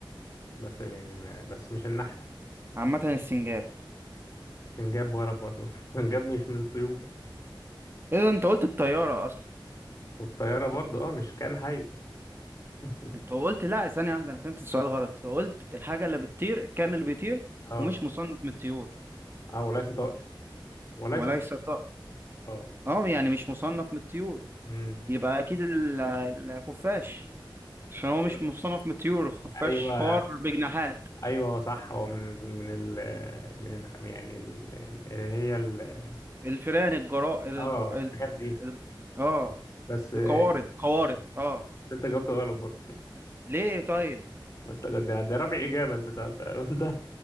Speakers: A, on the left; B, on the right.
A: بس يعني ما بس مش النحلة
B: عامة السنجاب
A: سنجاب غلط برضو <laughs> سنجاب مش من الطيور
B: إيه ده أنت قلت الطيارة أصلا
A: والطيارة برضو اه مش كائن حي <laughs>
B: انت قلت لا ثانية واحدة انا فهمت السؤال غلط انت قلت الحاجة اللي بتطير كان اللي بيطير
A: اه
B: ومش مصنف من الطيور
A: اه وليس طائر وليس
B: وليس
A: طائر
B: طائر
A: اه
B: اه يعني مش مصنف من الطيور
A: امم
B: يبقى اكيد ال- الخفاش عشان هو
A: ايوه
B: مش مصنف من الطيور الخفاش
A: ايوه
B: فار بجناحات
A: ايوه هو صح هو من ال من ال من ال يعني ال- ال- اللي هي ال
B: الفئران الجراء الج...
A: اه
B: ال...
A: الحاجات دي
B: ال... اه
A: بس آه،
B: القوارض قوارض اه
A: انت جاوبت غلط برضه
B: ليه طيب
A: <laughs> ما انت ده, ده, ده رابع اجابه انت سالتها <laughs> قلت